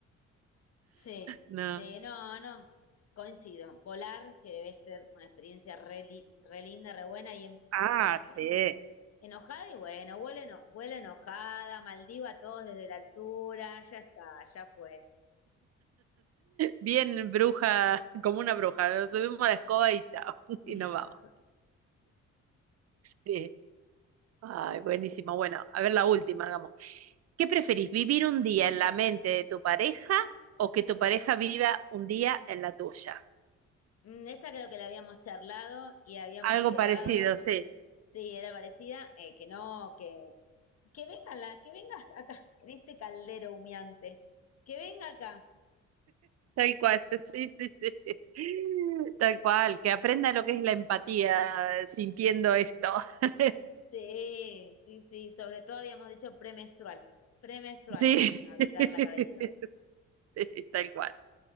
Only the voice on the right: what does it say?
No.
Ah,
sí.
Bien bruja, como una bruja. Nos subimos a la escoba y chao. <laughs>
Y nos vamos. Sí. Ay, buenísimo. Bueno, a ver la última, hagamos. ¿Qué preferís, vivir un día en la mente de tu pareja o que tu pareja viva un día en la tuya?
Algo
parecido, sí,
tal cual, <laughs> sí, sí, sí, tal cual, que aprenda lo que es la empatía sintiendo esto. <laughs>
Sí,
<laughs>
sí, tal cual.